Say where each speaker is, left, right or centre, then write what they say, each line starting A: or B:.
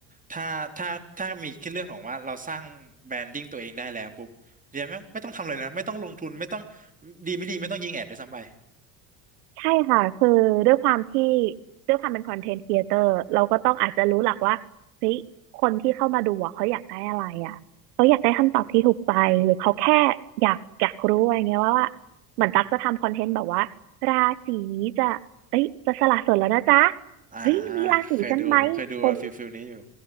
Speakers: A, on the right; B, on the right.
A: ถ้าถ้าถ้ามีแค่เรื่องของว่าเราสร้างแบรนดิ้งตัวเองได้แล้วปุ๊บเรียนไม่งไม่ต้องทำอะไรเลยนะไม่ต้องลงทุนไม่ต้องดีไม่ดีไม่ต้องยิงแอดด้วยซ้ำไป
B: ใช่ค่ะคือด้วยความที่ด้วยความเป็นคอนเทนต์ครีเอเตอร์เราก็ต้องอาจจะรู้หลักว่าเฮ้ยคนที่เข้ามาดูอะเขาอยากได้อะไรอ่ะเขาอยากได้คำตอบที่ถูกใจหรือเขาแค่อยากอยากรู้อะไรเงี้ยว่าว่าเหมือนตั๊กจะทำคอนเทนต์แบบว่าราศีนี้จะเอ้ยจะสละโสดแล้วนะจ๊ะ
A: อ่าอ่าเคยดูครับเคยดูเอาฟิลฟิลนี้อยู่
B: เฮ้ยมีราศีฉันไหมคน